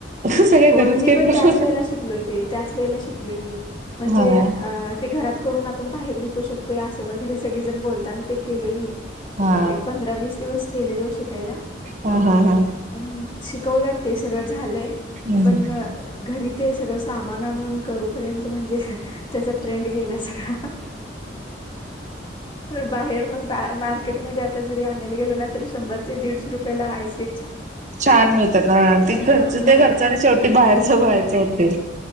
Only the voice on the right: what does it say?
सगळे
घरीच
केक
बनवत
हा
हा
हा हा हा
हम्म
छान मिळतात ना तिथच
ते घरचं आणि शेवटी बाहेरच बाहेर होते.